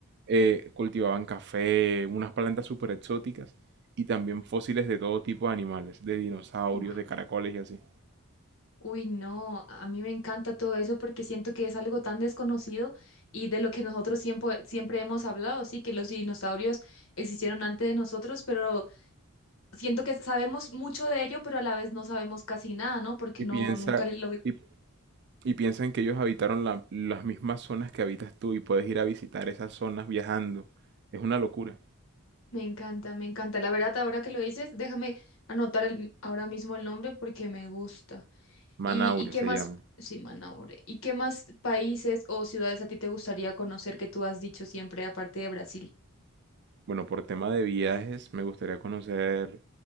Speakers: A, on the right; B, on the left.
A: Eh, cultivaban café, unas plantas súper exóticas y también fósiles de todo tipo de animales, de dinosaurios,
B: Uf,
A: de caracoles y así.
B: uy, no, a mí me encanta todo eso porque siento que es algo tan desconocido y de lo que nosotros siempre, siempre hemos hablado, sí, que los dinosaurios existieron antes de nosotros, pero siento que sabemos mucho de ello, pero a la vez no sabemos casi nada, ¿no? Porque
A: Y
B: no,
A: piensa,
B: nunca le- lo
A: y, y piensan que ellos habitaron la- las mismas zonas que habitas tú y puedes ir a visitar esas zonas viajando. Es una locura.
B: Me encanta, me encanta. La verdad, ahora que lo dices, déjame anotar el, ahora mismo el nombre porque me gusta.
A: Manaure
B: ¿Y, y qué
A: se
B: más?
A: llama.
B: Sí, Manaure. ¿Y qué más países o ciudades a ti te gustaría conocer que tú has dicho siempre, aparte de Brasil?
A: Bueno, por tema de viajes, me gustaría conocer